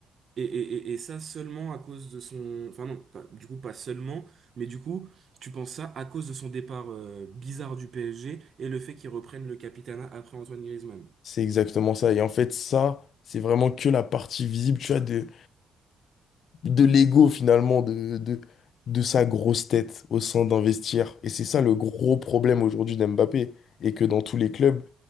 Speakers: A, on the right (about 50°); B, on the left (about 65°).
A: Et, et, et et ça seulement à cause de son... Enfin non, pas- du coup pas seulement, mais du coup tu penses ça à cause de son départ euh, bizarre du PSG et le fait qu'il reprenne le capitanat après Antoine Griezmann.
B: C'est exactement ça. Et en fait, ça, c'est vraiment que la partie visible, tu vois, de, de l'ego finalement de, de, de sa grosse tête au sein d'investir. Et c'est ça le
A: Ok.
B: gros problème aujourd'hui d'Mbappé. Et que dans tous les clubs